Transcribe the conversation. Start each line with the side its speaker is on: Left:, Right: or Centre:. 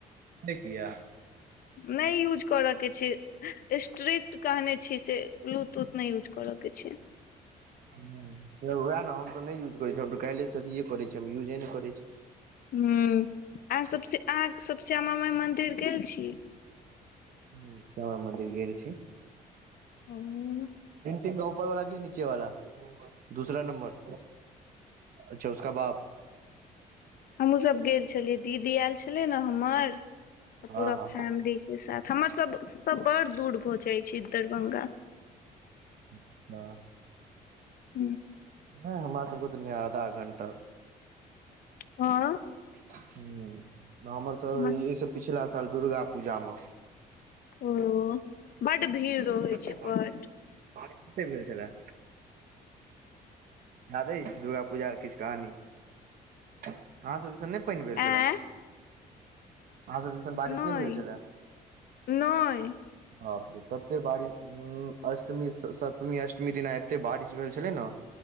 Right: से किया?
Left: नहि यूज करअ के छै। स्ट्रिक्ट कहने छीयै से ब्लूटूथ नहि यूज करअ के छै।
Right: हुं, उएह ने हम त नहि यूज करै छी। हम तऽ काल्हिएसँ अथिए करै छी। हम यूजे नहि करैत छी।
Left: हुम्म, आर सबसे, अहाँ सब श्यामा माय मंदिर गेल छी।
Right: हुं, श्यामा मन्दिर गेल छी।
Left: उम्म
Right: प्रिंटिंग ऊपर वाला कि नीचे वाला? दूसरा नम्बर। अच्छा उसका बाप
Left: हमहुँ सब गेल छलियै। दीदी आयल छलै ने हमर त पूरा
Right: हँ हँ
Left: फैमिली के साथ हमर सब त बड़ दूर भऽ जाइ छै दरभंगा।
Right: <unintelligible> हा
Left: हू।
Right: नहि हमरा सबके तऽ नहि आधा घण्टा
Left: हं
Right: <unintelligible> हमरसभक
Left: हमर
Right: ईसे पिछला साल दुर्गा पूजामे
Left: ओ बड भीड़ रहै
Right: कत्ते
Left: छै
Right: बार,
Left: बड
Right: बारिश कत्ते भेल छलए? याद अइ दुर्गा पूजा के किछु कहानी? अहाँ सब जे <unintelligible> नै पनि भेल छलेह।
Left: एं
Right: अहां सब बारिश
Left: नय
Right: नहि भेल छलेह।
Left: नय
Right: बापरे तत्ते बारिश हूं, अष्टमी सतमी अष्टमी दिना एते बारिश भेल छलै ना